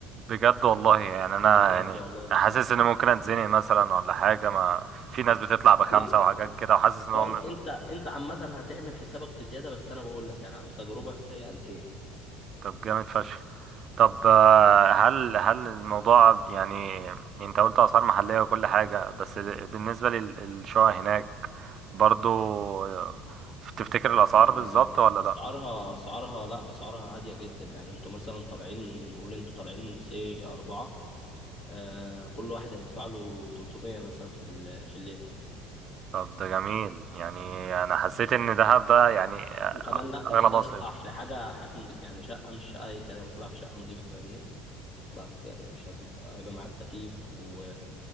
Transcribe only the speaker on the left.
بجد
والله ده
لا
هو
انت انت عامه هتعمل حسابك في زياده بس انا بقول لك يعني عن تجربه هي 2000
آه،
اسعارها
اسعارها لا اسعارها هاديه جدا يعني انتوا مثلا طالعين قول انتوا طالعين سي اربعه آه، كل واحد هيدفع له 300 مثلا في ال- في الليله
وكمان لا انت
كده
هتطلع في حاجه حاجه نضي... يعني شقه مش شقه اي كلام هتطلع في شقه نظيفه فاهمني لا في مش هتبقى هيبقى معاك تكييف و...